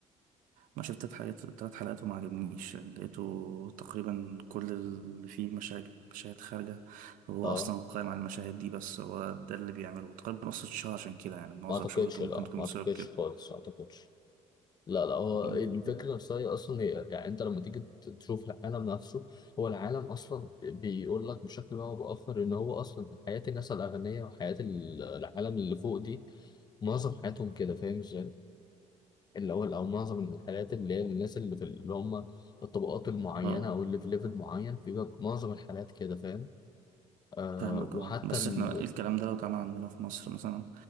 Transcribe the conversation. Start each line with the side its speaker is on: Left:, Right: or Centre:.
Right: ما شفت تلات حلقات تلات حلقات وما عجبنيش يعني لقيته تقريبا كل اللي فيه مشاهد مشاهد خارجة هو
Left: اه
Right: أصلا قائم على المشاهد دي بس هو ده اللي بيعمله تقريبا نص الشهر عشان كده يعني معظم
Left: ما أعتقدش
Right: شهرته
Left: لا
Right: ممكن تكون
Left: ما أعتقدش
Right: بسبب كده
Left: خالص ما أعتقدش لا لا هو
Right: مم.
Left: الفكرة نفسها هي أصلا هي يعني أنت لما تيجي ت- تشوف العالم نفسه هو العالم أصلا بيقول لك بشكل ما أو بآخر إن هو أصلا حياة الناس الأغنياء وحياة ال- العالم اللي فوق دي معظم حياتهم كده فاهم إزاي؟ اللي هو أو معظم الحياة اللي هي الناس اللي في اللي هم الطبقات المعينة
Right: اه
Left: أو اللي في ليفل معين بيبقى معظم الحالات كده فاهم؟ آه
Right: فاهمك
Left: وحتى
Right: اه بس
Left: ال...
Right: احنا الكلام ده لو اتعمل عندنا في مصر مثلا